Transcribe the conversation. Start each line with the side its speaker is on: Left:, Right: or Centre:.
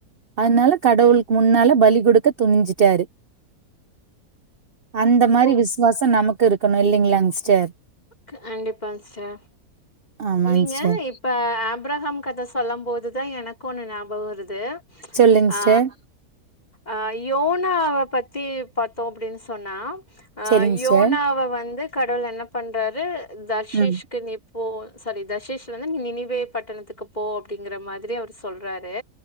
Right: அதுனால கடவுளுக்கு முன்னால பலி குடுக்க துணிஞ்சிட்டாரு அந்த மாரி
Left: ஓ
Right: விசுவாசம் நமக்கு இருக்கணும் இல்லைங்களாங்க சிஸ்டர்
Left: கண்டிப்பாங்கசர்
Right: ஆமாங்
Left: நீங்க
Right: சிஸ்டர்
Left: இப்ப ஆப்ரஹாம் கத சொல்லும் போதுதா எனக்கு ஒன்னு ஞாபகம் வருது
Right: சொல்லுங்
Left: ஆ
Right: சிஸ்டர்
Left: அ யோனாவ பத்தி பாத்தோ அப்டின் சொன்னா அய்யோன்னு
Right: செரிங் சிஸ்டர்
Left: அவ வந்து கடவுள் என்ன பண்றாரு தர்ஷிஷ்க்கு
Right: ம்
Left: நீ போ சாரி தர்ஷேஷ் வந்து நினைவே பட்டணத்துக்கு போ அப்டிங்குற மாதிரி அவரு சொல்றாரு